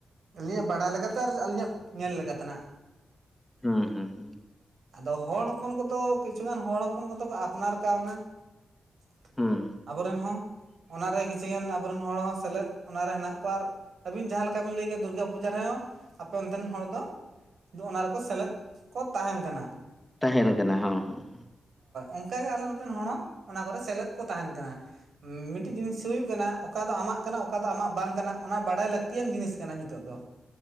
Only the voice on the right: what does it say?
ᱟᱹᱞᱤᱧᱟᱜ ᱵᱟᱲᱟᱭ ᱞᱮᱠᱟᱛᱮ ᱟᱨ ᱟᱹᱞᱤᱧᱟᱜ ᱧᱮᱞ ᱞᱮᱠᱟ ᱛᱮᱱᱟᱜ
ᱟᱫᱚ ᱦᱚᱲ ᱦᱚᱯᱚᱱ ᱠᱚᱫᱚ ᱠᱤᱪᱷᱩᱩᱜᱟᱱ ᱦᱚᱲ ᱦᱚᱯᱚᱱ ᱠᱚᱫᱚ ᱠᱚ ᱟᱯᱱᱟᱨ ᱠᱟᱣᱱᱟ ᱾
ᱟᱵᱚᱨᱮᱱ ᱦᱚᱸ ᱚᱱᱟᱨᱮ ᱠᱤᱪᱷᱩ ᱜᱟᱱ ᱟᱵᱚᱨᱮᱱ ᱦᱚᱲ ᱦᱚᱸ ᱥᱮᱞᱮᱫ ᱚᱱᱟᱨᱮ ᱦᱮᱱᱟᱜ ᱠᱚᱣᱟ ᱟᱨ ᱟᱹᱵᱤᱱ ᱡᱟᱦᱟᱸ ᱞᱮᱠᱟ ᱵᱤᱱ ᱞᱟᱹᱭ ᱠᱮᱜ-ᱟ ᱫᱩᱨᱜᱟ ᱯᱩᱡᱟ ᱨᱮᱦᱚᱸ ᱾ ᱟᱯᱮ ᱚᱱᱛᱮᱱ ᱦᱚᱲ ᱫᱚ ᱚᱱᱟ ᱨᱮᱠᱚ ᱥᱮᱞᱮᱫ ᱠᱚ ᱛᱟᱦᱮᱱ ᱠᱟᱱᱟ ᱾
ᱚᱱᱠᱟ ᱜᱮ ᱟᱞᱮ ᱱᱚᱛᱮᱱ ᱦᱚᱲ ᱦᱚᱸ ᱚᱱᱟ ᱠᱚᱨᱮ ᱥᱮᱞᱮᱫ ᱛᱟᱦᱮᱱ ᱠᱟᱱᱟ ᱢᱤᱫᱴᱤᱡ ᱡᱤᱱᱤᱥ ᱦᱩᱭᱩᱜ ᱠᱟᱱᱟ ᱚᱠᱟ ᱫᱚ ᱟᱢᱟᱜ ᱠᱟᱱᱟ ᱚᱠᱟ ᱫᱚ ᱟᱢᱟᱜ ᱵᱟᱝ ᱠᱟᱱᱟ ᱚᱱᱟ ᱵᱟᱲᱟᱭ ᱞᱟᱹᱠᱛᱤ ᱞᱟᱹᱠᱛᱤᱭᱟᱱ ᱡᱤᱱᱤᱥ ᱠᱟᱱᱟ ᱱᱤᱛᱚᱜ ᱫᱚ ᱾